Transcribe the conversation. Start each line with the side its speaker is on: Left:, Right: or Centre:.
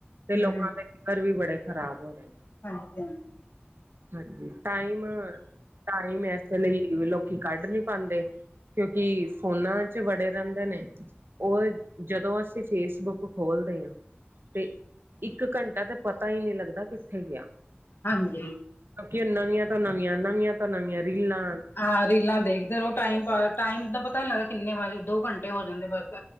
Right: ਤੇ
Left: ਹੂੰ
Right: ਲੋਕਾਂ ਦੇ ਫਿਗਰ ਵੀ ਬੜੇ ਖ਼ਰਾਬ ਹੋ ਰਹੇ ਨੇ
Left: ਹਾਂਜੀ ਹਾਂਜੀ
Right: ਹਾਂਜੀ ਟਾਈਮ ਟਾਈਮ ਇਸੇ ਲਈ ਲੋਕੀ ਕੱਢ ਨੀ ਪਾਉਂਦੇ ਕਿਉਂਕਿ ਫੋਨਾ ਚ ਵੜੇ ਰਹਿੰਦੇ ਨੇ ਉਹ ਜਦੋਂ ਅਸੀਂ ਫੇਸਬੁੱਕ ਖੋਲਦੇ ਹਾਂ। ਤੇ ਇੱਕ ਘੰਟਾ ਤੇ ਪਤਾ ਹੀ ਨਹੀਂੀ ਲੱਗਦਾ ਕਿੱਥੇ ਗਿਆ
Left: ਹਾਂਜੀ
Right: ਕ ਨਵੀਆਂ ਤੋਂ ਨਵੀਆਂ ਨਵੀਆਂ ਤੋਂ ਨਵੀਆਂ ਰੀਲਾ
Left: ਹਾਂ ਰੀਲਾਂ ਦੇਖਦੇ ਰਹੋ ਟਾਈਮ ਪਾਸ ਟਾਈਮ ਦਾ ਪਤਾ ਨੀ ਲੱਗਦਾ ਕਿੰਨੇ ਵਜੇ ਦੋ ਘੰਟੇ ਹੋ ਜਾਂਦੇ ਬਸ